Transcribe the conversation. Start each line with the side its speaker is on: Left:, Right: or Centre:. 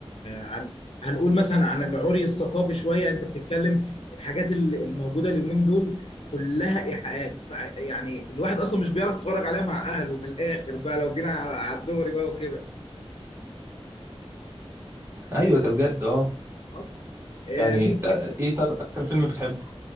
Left: عن هنقول مثلا عن العري الثقافي شويه انت بتتكلم الحاجات ال- الموجوده اليومين دول كلها ايحاءات ف- يعني الواحد اصلا مش بيعرف يتفرج عليها مع اهله من الاخر بقى لو جينا على على الدوري بقى وكده
Right: ايوه ده بجد اه
Left: خلاص؟ آه،
Right: يعني
Left: ممكن
Right: ده ايه طب اكتر فيلم بتحبه